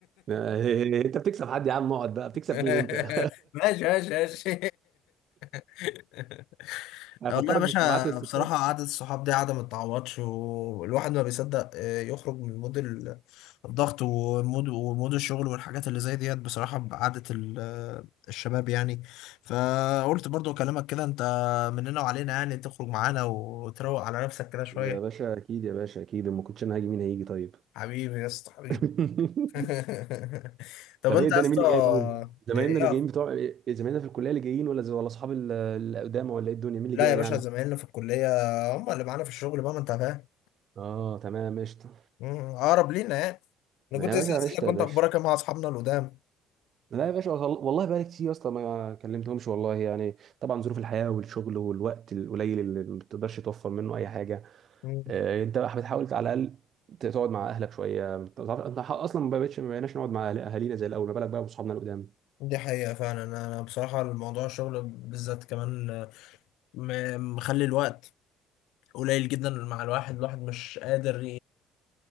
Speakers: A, on the right; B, on the left.
A: <laughs> انت بتكسب حد يا عم اقعد بقى بتكسب
B: <laughs>
A: مين انت <laughs>
B: ماشي ماشي ماشي <laughs>
A: هفكرك
B: والله يا باشا
A: بالسبعات والستات
B: بصراحة قعدة الصحاب دي قعدة ما تتعوضش والواحد ما بيصدق آه، يخرج من مود ال- الضغط ومود ومود الشغل والحاجات اللي زي ديت بصراحة بقعدة ال- آه، الشباب يعني فقلت برضو أكلمك كده أنت مننا وعلينا يعني تخرج معانا وتروق على نفسك كده شوية
A: يا باشا اكيد يا باشا اكيد ما كنتش انا هاجي مين هيجي طيب
B: حبيبي يا اسطى حبيبي
A: <laughs>
B: <laughs> طب
A: طب
B: أنت
A: ايه الدنيا
B: يا اسطى
A: مين اللي جاي طيب زمايلنا
B: إيه-
A: اللي جايين بتوع إيه، زمايلنا في الكليه اللي جايين ولا ولا اصحاب ال- القدامى ولا ايه الدنيا مين اللي
B: لا
A: جاي
B: يا باشا
A: يعني
B: زمايلنا في الكلية هم اللي معانا في الشغل بقى ما أنت فاهم
A: اه تمام قشطه
B: مم. اقرب لينا يعني انا
A: يا
B: كنت لسه
A: باشا
B: اسالك
A: قشطه
B: كنت
A: يا باشا
B: اخبارك إيه مع اصحابنا القدام
A: لا يا باشا وصل... والله بقالي كتير يا اسطى ما كلمتهمش والله يعني طبعا ظروف الحياه والشغل والوقت القليل اللي ما بتقدرش توفر منه اي حاجه
B: مم.
A: آه، انت بقى بتحاول على الاقل تقعد مع اهلك شويه انت عارف- انت اصلا ما بقتش ما بقيناش نقعد مع أهل- اهالينا زي الاول ما بالك بقى بصحابنا القدام
B: دي حقيقة فعلا انا أنا بصراحة الموضوع الشغل بالذات كمان آه، م- مخلي الوقت قليل جدا مع الواحد الواحد مش قادر